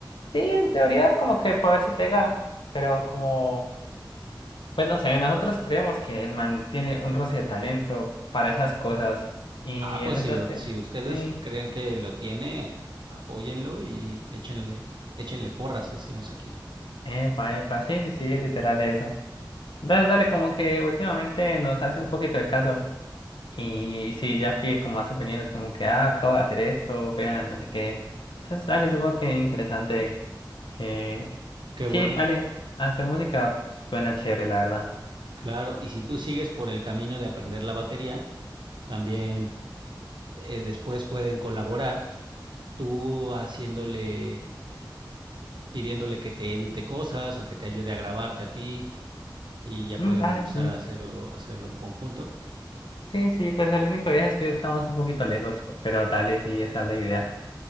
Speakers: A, on the left (about 80°); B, on the right (about 70°).
A: Sí, en teoría como que para ver si pega, pero como, pues no sé, nosotros creemos que el man tiene un roce de talento para esas cosas. Y
B: Ah, pues
A: él está...
B: si lo, si ustedes
A: Sí,
B: creen que lo tiene, apóyenlo y échenle, échenle porras, decimos aquí.
A: epa, epa, sí, sí, sí, literal eso. Entonces, dale, como que últimamente nos hace un poquito de caso. Y sí, ya pide como más opiniones, como que, ah, acabo de hacer esto, vean, no sé qué. Entonces, dale, supongo que interesante que...
B: Qué bueno,
A: Sí, dale, hacer música pues, suena chévere, la verdad.
B: claro. Y si tú sigues por el camino de aprender la batería, también eh, después pueden colaborar, tú haciéndole pidiéndole que te edite cosas o que te ayude a grabarte a ti y ya
A: Mm,
B: pueden
A: dale,
B: empezar
A: sí.
B: a hacerlo, hacerlo en conjunto.
A: Sí, sí, pues el único viaje es que estamos un poquito lejos, pero dale, sí, esa es la idea.